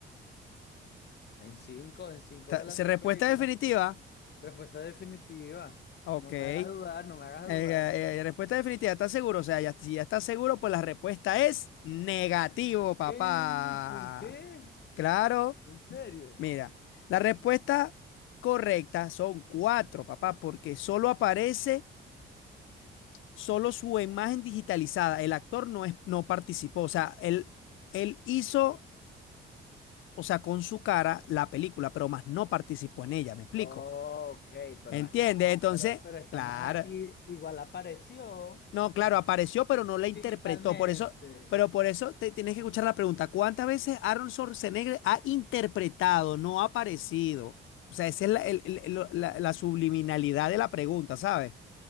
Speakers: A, on the left (about 60°); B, on the left (about 85°).
A: En cinco, en cinco
B: Ta-
A: de las
B: ¿Se
A: seis
B: respuesta
A: películas.
B: definitiva?
A: Respuesta definitiva.
B: Ok.
A: No me
B: Eh,
A: hagas dudar, no me hagas
B: eh,
A: dudar.
B: eh, respuesta definitiva, ¿estás seguro? O sea, ya, si ya estás seguro, pues la respuesta es negativo, papá.
A: ¿Qué? ¿Por qué?
B: Claro,
A: ¿En serio?
B: mira, la respuesta correcta son cuatro, papá, porque solo aparece solo su imagen digitalizada, el actor no, es, no participó, o sea, él, él hizo, o sea, con su cara la película, pero más no participó en ella, ¿me explico?
A: Ok, pero
B: ¿Entiendes?
A: ajá,
B: Entonces,
A: pero, Pero está
B: claro,
A: más aquí, igual apareció
B: no, claro, apareció, pero no la interpretó,
A: digitalmente.
B: por eso, pero por eso te tienes que escuchar la pregunta, ¿cuántas veces Aaron Schwarzenegger ha interpretado, no ha aparecido? O sea, esa es la, el- el- lo- la la subliminalidad de la pregunta, ¿sabes?